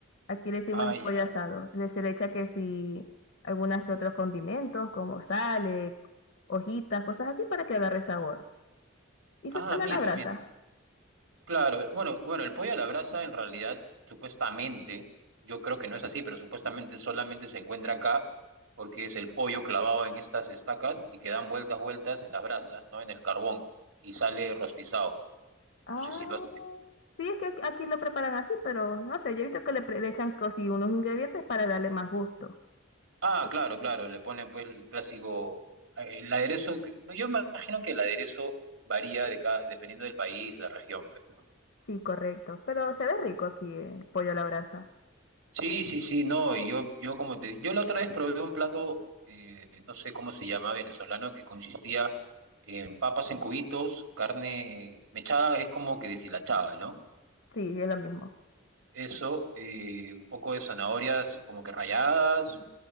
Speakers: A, on the left; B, on the right.
A: Aquí le decimos
B: Ah,
A: es
B: ya.
A: pollo asado. Le se le echa que si algunas que otros condimentos, como sal, eh, hojitas, cosas así para que agarre sabor. Y
B: Ah,
A: se pone
B: mira,
A: a la brasa.
B: mira. Claro, bueno, bueno, el pollo a la brasa en realidad supuestamente, yo creo que no es así, pero supuestamente solamente se encuentra acá porque es el pollo clavado en estas estacas y que dan vueltas, vueltas en las brasas, ¿no? En el carbón y sale rostizado.
A: Ah,
B: No sé si lo hacen.
A: sí, es que aquí aquí lo preparan así, pero no sé, yo he visto que le, pre- le echan cosí unos ingredientes para darle más gusto.
B: Ah,
A: Pues,
B: claro, claro, le ponen pues el clásico, eh, el aderezo, que- yo imagino que el aderezo varía de cada, dependiendo del país, la región, pues, ¿no?
A: Sí, correcto. Pero se ve rico aquí el pollo a la brasa.
B: Sí, sí, sí, no, y yo, yo como te, yo la otra vez probé un plato, eh, no sé cómo se llama, venezolano, que consistía en papas en cubitos, carne mechada, es como que deshilachada, ¿no?
A: Sí, es lo mismo.
B: Eso, eh, un poco de zanahorias como que ralladas,